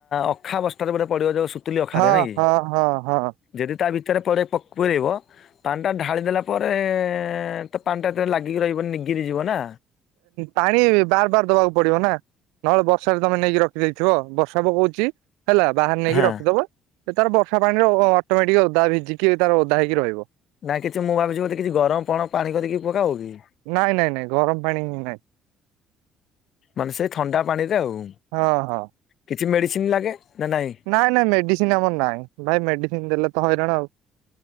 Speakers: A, on the left; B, on the right.
A: ଅଖା ବସ୍ତାରେ ବୋଧେ ପଡିବ ଯୋଉ ସୁ ସୁତୁଲି ଅଖାରେ
B: ହଁ
A: ନା କି?
B: ହଁ ହଁ ହଁ
A: ଯଦି ତା ଭିତରେ ପୁରେ ପକ ପୁରେଇବ ପାଣିଟା ଢାଳି ଦେଲା ପରେ ତ ପାଣି ଟା ଏତେ ଲାଗିକି ରହିବନି ନିଗିରି ଯିବ ନା।
B: ପାଣି ବାର ବାର ଦବାକୁ ପଡିବ ନା? ନହେଲେ ବର୍ଷାରେ ତମେ ନେଇକି ରଖିଦେଇଥିବ ବର୍ଷା ପକହଉଚି ହେଲା। ବାହାର ନେଇକି
A: ହଁ
B: ରଖିଦବ ସେ ତାର ବର୍ଷା ପାଣିରେ ଅଟୋମେଟିକ ଓଦା ଭିଜିକି ତାର ଓଦା ହେଇକି ରହିବ।
A: ନାଇଁ କିଛି ମୁଁ ଭାବିଛି ବଧେ କିଛି ଗରମ ଫଣ ପାଣି କରିିକି ପକାଅ କି?
B: ନାଇଁ ନାଇଁ ନାଇଁ ଗରମ ପାଣି ହିଁ ନାଇଁ।
A: ମାନେ ସେଇ ଥଣ୍ଡା ପାଣିରେ ଆଉ
B: ହଁ ହଁ।
A: କିଛି ମେଡ଼ିସିନ୍ ଲାଗେ ନା ନାଇଁ।
B: ନାଇଁ ନାଇଁ ମେଡିସିନ୍ ଆମର ନାଇଁ ଭାଇ ମେଡିସିନ୍ ଦେଲେ ତ ହଇରାଣ ଆଉ।